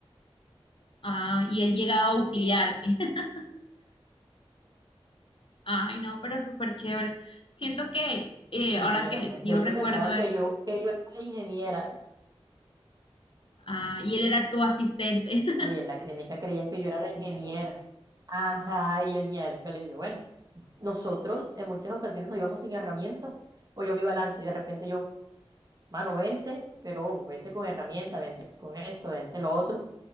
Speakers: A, on the left; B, on the right.
A: ah, y él llegaba a auxiliarte. <laughs> Ay, no, pero súper chévere. Siento que eh,
B: Sí,
A: ahora
B: amor.
A: que sí,
B: De
A: yo
B: hecho,
A: recuerdo
B: pensaban
A: eso,
B: que yo, que yo era la ingeniera.
A: ah, y él era tu asistente. <laughs>
B: Ahí en la clínica creían que yo era la ingeniera. Ajá, y yo miércoles, yo, bueno, nosotros en muchas ocasiones nos íbamos sin herramientas, o yo me iba adelante y de repente yo, mano, vente, pero ojo, vente con herramientas, vente con esto, vente lo otro,